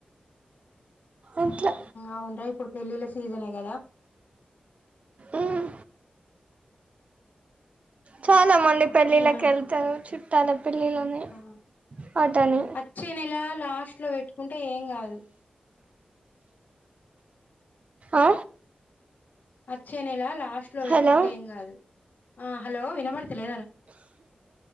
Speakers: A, on the right; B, on the left.
A: అట్లా
B: అవునురా ఇప్పుడు పెళ్ళిళ్ళ సీజనే కదా
A: ఉమ్ చాలా మంది పెళ్ళిళ్ళకి
B: ఉమ్,
A: వెళ్తారు చుట్టాల పెళ్లిలని
B: ఆ.
A: అటాని
B: అచ్చే నెల లాస్ట్ లో పెట్టుకుంటే ఏం కాదు
A: ఆ
B: అచ్చేనేలా లాస్ట్ లో
A: హలో
B: పెట్టుకుంటే ఏం కాదు ఆ హలో విన మతల దారా